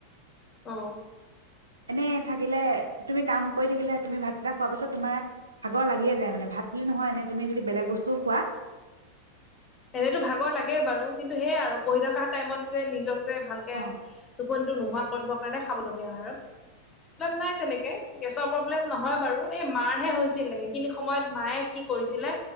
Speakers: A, on the left (about 25°); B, on the right (about 75°).
A: অ।
B: এনেই থাকিলে তুমি কাম কৰি থাকিলে তুমি ভাতকেইটা খোৱা পিছত তোমাৰ ভাগৰ লাগিয়ে যায় মানে ভাত বুলি নহয় এনে তুমি যদি বেলেগ বস্তু খোৱা,
A: এনেতো ভাগৰ লাগে বাৰু কিন্তু সেইয়াই আৰু পঢ়ি থকা টাইমত যে নিজক যে ভালকে
B: অ
A: টোপনিটো নোহোৱা কৰিব কাৰণে খাবলগীয়া হয় আৰু প্ৰ্লেম নাই তেনেকে গেছৰ প্ৰব্লেম নহয় বাৰু এই মাৰহে হৈছিলে সেইখিনি সময়ত মায়ে কি কৰিছিলে